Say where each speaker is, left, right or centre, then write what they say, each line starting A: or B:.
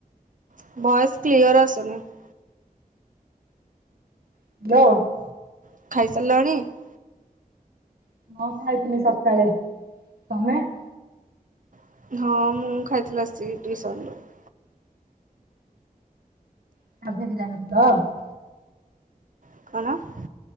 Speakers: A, on the right (about 60°); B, on the right (about 85°).
A: <inaudible>
B: <inaudible>
A: <inaudible>
B: <inaudible>
A: <inaudible>
B: <inaudible>
A: <inaudible>